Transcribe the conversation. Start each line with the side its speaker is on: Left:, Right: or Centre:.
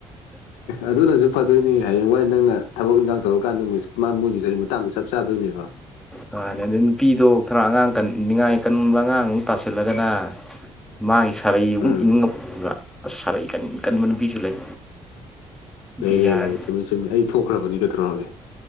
Left: ꯑꯗꯨꯅꯁꯨ ꯐꯗꯣꯏꯅꯤ ꯍꯌꯦꯡꯋꯥꯏ ꯅꯪꯅ ꯊꯕꯛ ꯏꯟꯈꯥꯡ ꯇꯧꯔꯀꯥꯟꯗ ꯃꯣꯏ ꯃꯣꯏꯒꯤ ꯆꯍꯤ ꯃꯇꯥꯡꯗꯨꯣ ꯆꯞ ꯆꯥꯗꯣꯏꯅꯦꯕ
Centre: ꯍꯅꯦ ꯑꯗꯨꯗꯩ ꯅꯨꯄꯤꯗꯣ ꯈꯔ ꯑꯉꯥꯡ ꯀꯟ ꯉꯥꯏ ꯀꯟꯕ ꯑꯉꯥꯡ ꯑꯃꯨꯛ ꯇꯥꯁꯤꯜꯂꯒꯅ ꯃꯥꯒꯤ ꯁꯥꯔꯩ ꯑꯃꯨꯛ
Left: ꯎꯝ
Centre: ꯏꯅꯤꯡꯉꯛꯕ ꯑꯁ ꯁꯥꯔꯩ ꯀꯟ ꯀꯟꯕ ꯅꯨꯄꯤꯁꯨ ꯂꯩ ꯅꯨꯄꯤ
Left: ꯂꯩ ꯂꯩ
Centre: ꯍꯥꯏꯔ
Left: ꯂꯩ ꯆꯨꯝꯃꯤ ꯆꯨꯝꯃꯤ ꯑꯩ ꯊꯣꯛꯈ꯭ꯔꯕꯅꯤꯒꯊꯧꯔꯛꯑꯒꯦ